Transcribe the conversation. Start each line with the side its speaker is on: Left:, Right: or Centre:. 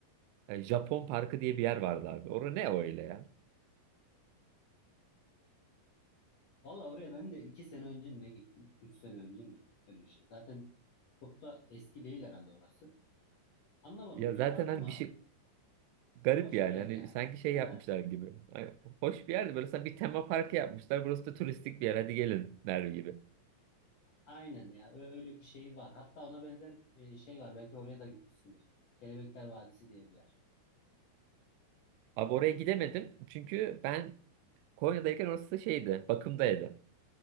Right: E, Japon Parkı diye bir yer vardı abi. Orada ne öyle ya?
Left: Valla oraya ben de iki sene önce mi ne gittim? Üç sene önce mi? Böyle bir şey. Zaten çok da eski değil herhalde orası. Anlamadım
Right: Ya
Left: ya
Right: zaten
Left: ama
Right: hani bir şey garip
Left: Boş
Right: yani.
Left: bir yer
Right: Hani
Left: yani.
Right: sanki şey
Left: Ha,
Right: yapmışlar gibi. Hani hoş bir yerdi. Böyle sanki bir tema parkı yapmışlar. Burası da turistik bir yer. Hadi gelin der gibi.
Left: aynen ya. Ö- Öyle bir şey var. Hatta ona benzer e, şey var. Belki oraya da gitmişsindir. Kelebekler Vadisi diye bir yer.
Right: Abi oraya gidemedim. Çünkü ben Konya'dayken orası da şeydi. Bakımdaydı.